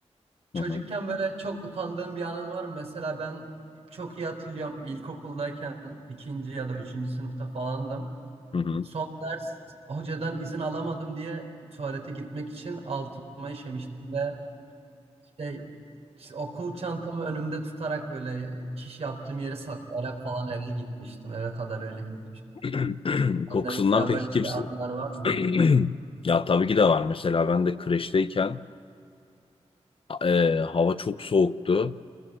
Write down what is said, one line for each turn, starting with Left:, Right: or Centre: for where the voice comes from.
Right: Çocukken
Left: Hı hı.
Right: böyle çok utandığım bir anın var mı? Mesela ben çok iyi hatırlıyorum ilkokuldayken ikinci ya da üçüncü sınıfta falandım.
Left: Hı hı.
Right: Son ders hocadan izin alamadım diye tuvalete gitmek için altıma işemiştim ve şey, okul çantamı önümde tutarak böyle çiş yaptığım yeri saklayarak falan eve gitmiştim. Eve kadar öyle gitmiştim.
Left: <laughs> Kokusundan
Right: Sende mesela
Left: peki
Right: böyle şey
Left: kimse...
Right: anlar var mı?
Left: <clears throat> Ya tabii ki de var. Mesela ben de kreşteyken e, hava çok soğuktu.